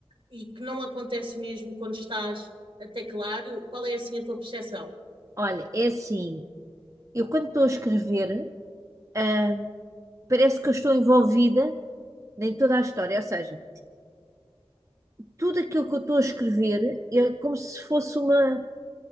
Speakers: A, on the right (about 60°); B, on the right (about 30°).
A: e que não acontece o mesmo quando estás a teclar, qual é assim a tua percepção?
B: olha, é assim, eu quando estou a escrever, ah, parece que eu estou envolvida em toda a história, ou seja, tudo aquilo que eu estou a escrever é como se fosse uma,